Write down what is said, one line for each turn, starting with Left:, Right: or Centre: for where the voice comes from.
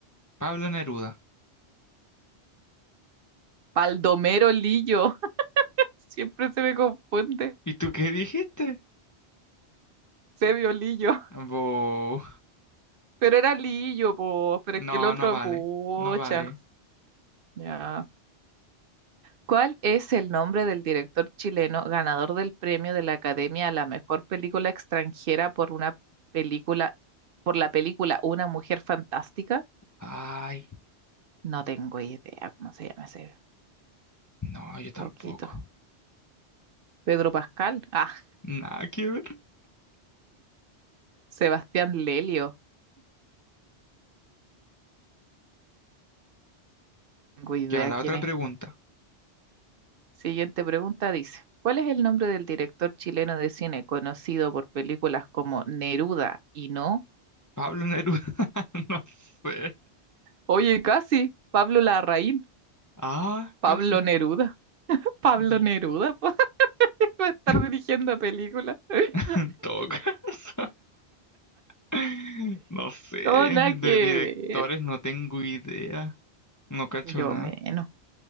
Left: Pablo Neruda.
Right: Baldomero Lillo. <laughs> Siempre se me confunde.
Left: ¿Y tú qué dijiste?
Right: Eusebio Lillo.
Left: Bo.
Right: Pero era Lillo, po. Pero
Left: No,
Right: es que el otro,
Left: no vale.
Right: pucha.
Left: No vale.
Right: Ya. ¿Cuál es el nombre del director chileno ganador del premio de la Academia a la mejor película extranjera por una película, por la película Una Mujer Fantástica?
Left: Ay,
Right: No tengo idea cómo se llama ese
Left: no, yo tampoco.
Right: Loquito. Pedro Pascal. Ah,
Left: Nada que ver.
Right: Sebastián Lelio. Tengo idea
Left: Ya, la
Right: quién
Left: otra
Right: es.
Left: pregunta.
Right: Siguiente pregunta dice, ¿cuál es el nombre del director chileno de cine conocido por películas como Neruda y No?
Left: Pablo Neruda. <laughs> No sé.
Right: Oye, casi. Pablo Larraín.
Left: Ah,
Right: Pablo
Left: casi.
Right: Neruda. <laughs> Pablo
Left: Y-
Right: Neruda. <laughs> Va a estar
Left: <laughs>
Right: dirigiendo películas. <laughs>
Left: En todo caso, <laughs> no sé,
Right: No, nada que
Left: de directores
Right: ver.
Left: no tengo idea, no cacho
Right: Yo
Left: nada.
Right: menos.